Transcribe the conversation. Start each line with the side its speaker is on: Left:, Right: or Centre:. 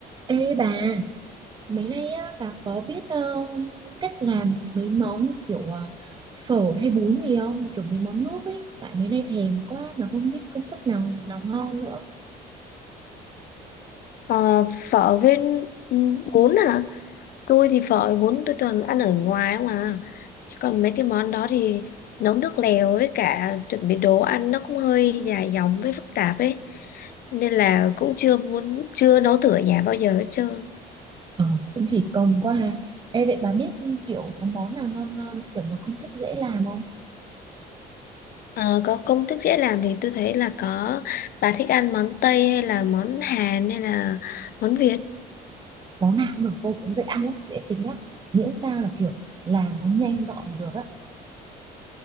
Right: Ê bà, mấy nay á, bà có biết ờ, cách làm mấy món như kiểu ờ, phở hay bún gì không? Kiểu mấy món nước ấy, tại mấy nay thèm quá mà không biết công thức nào nào ngon nữa.
Left: Ờ, phở với ừ, bún à tôi thì phở với bún tôi toàn ăn ở ngoài không à chứ còn mấy cái món đó thì nấu nước lèo với cả chuẩn bị đồ ăn nó cũng hơi dài dòng với phức tạp ấy nên là cũng chưa muốn chưa nấu thử ở nhà bao giờ hết trơn
Right: Ờ, cũng thì cầm quá ha. Ê vậy bà biết kiểu có món nào ngon ngon, kiểu mà công thức dễ làm không?
Left: Ờ, có công thức dễ làm thì tôi thấy là có bà thích ăn món Tây hay là món Hàn hay là món Việt
Right: Món nào cũng được, tôi cũng dễ ăn lắm, dễ tính lắm. Miễn sao là kiểu làm nó nhanh gọn là được á.